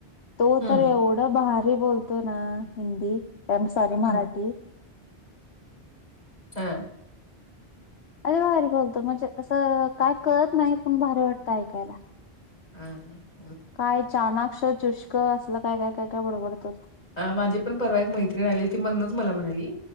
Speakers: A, on the left; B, on the left.
A: तो
B: हम्म
A: तर एवढं भारी बोलतो ना हिंदी आय एम सॉरी
B: हम्म
A: मराठी.
B: <inaudible>
A: अरे भारी बोलतो. म्हणजे असं काय कळत नाही पण भारी वाटतं ऐकायला.
B: हम्म.
A: काय चानाक्ष चुष्क असलं काय काय काय काय बडबडत असतो.
B: अ माझी पण परवा एक मैत्रीण आलेली ती मध्नच मला म्हणाली